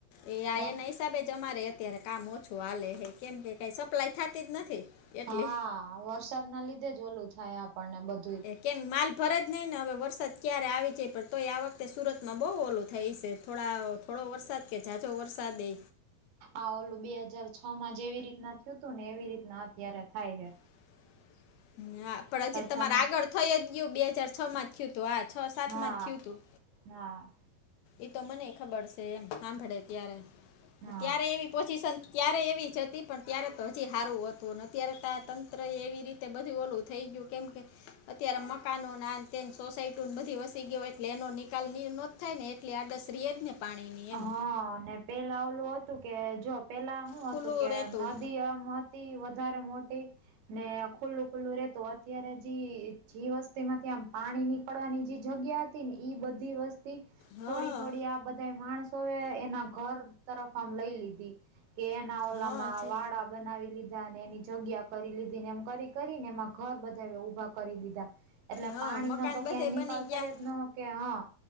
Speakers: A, on the left; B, on the right.
A: એ
B: તો
A: આ એ ન હિસાબે જ અમારે અત્યારે કામ ઓછું આલે હ કેમ કે કઈ સપ્લાય થતી જ નથી. એટલે
B: હા વરસાદ ના લીધે જ ઓલું થાય આપણને બધું.
A: એ કેમ માલ ભરે જ નહીં ને હવે વરસાદ ક્યારે આવી જ પણ તો એ આ વખતે સુરતમાં બહુ ઓલું થાય છે થોડા થોડો વરસાદ કેહે જાજો વરસાદે
B: આ ઓલું બે હાજાર છ માં જેવી રીતના થયું તું ને એવી રીતના અત્યારે થાય છે.
A: <inaudible> હા પણ હજી તમારે
B: છ માં
A: આગળ થઈ જ ગયું બે હાજર છ માં થયું હતું હા છ સાત
B: હા
A: માં થયું તું
B: હા
A: એ તો મને ખબર છે એમ સાંભળે ત્યારે
B: હા
A: ત્યારે એવી પોઝિશન ક્યારે એવી જ હતી પણ ત્યારે તો હજી સારું હતું અત્યારે તો તંત્રએ એવી રીતે તે બધું ઓલું થઈ ગયું કેમ કે અત્યારે મકાનો ના તે સોસાયટી બધી વસી ગયો હોય એટલે એનો નિકાલ ન થાય ને એટલે આ દસરી જ ને પાણીની એમ
B: હા અને પેલા ઓલું હતું કે જો પેલા શું
A: ખુલ્લું
B: હતું કે
A: રહેતું
B: નદી આમ વધારે મોટી ને ખુલ્લું ખુલ્લું રે તો અત્યારે જે જે વસ્તી માંથી આમ પાણી નીકળવાની જે જગ્યા બધી વસ્તી
A: હા
B: થોડી થોડી આ બ માણસો એ એના ઘર તરફ આમ લઈ લીધી કે એના ઓલામાં
A: હા છે
B: વાડા બનાવી લીધા અને એની જગ્યા કરી લીધી એમ કરી કરીને એમાં ઘર બધા ઉઊભા કરી દીધા એટલે
A: હા
B: પાણી
A: મકાન
B: ન તો
A: બધે
B: ક્યાય નિકાલ
A: બની
B: થઈ
A: ગયા
B: જ ન કે હા